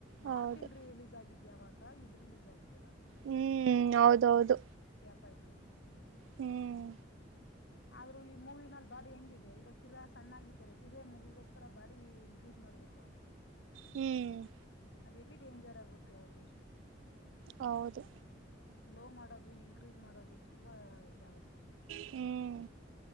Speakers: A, on the left (about 65°); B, on the right (about 85°).
A: ಮಾರ್ಟಿನ್
B: ಹೌದು
A: ರಿಲೀಸ್ ಆಗಿದ್ದ ಯಾವಾಗ ಇದು ರಿಲೀಸ್ ಆಗಿದೆ ಯಾವಾಗ
B: ಹ್ಮ್ ಹೌದೌದು
A: ತಪ್ಪಾಯ್ತು
B: ಹ್ಮ್
A: ಆದ್ರೂ ಈ ಮೂವಿನಲ್ಲಿ ಬಾಡಿ ಹೆಂಗಿದೆ ಇವಾಗ ತಿರಾ ಸಣ್ಣಗಿದ್ದಾರೆ ತಿರಗಾ ಮೂವಿಗೋಸ್ಕರ ಬಾಡಿ ಇನ್ಕ್ರೀಸ್ ಮಾಡ್ಬೇಕು.
B: ಹ್ಮ್
A: ಅದೇ ಹೆವಿ ಡೇಂಜರ್ ಆಗುತ್ತೆ ಅವ್ರಿಗೆ
B: ಹೌದು
A: ಲೋ ಮಾಡೋದು ಇನ್ಕ್ರೀಸ್ ಮಾಡೋದು ತುಂಬಾ ಇದಾಗುತ್ತೆ.
B: ಹ್ಮ್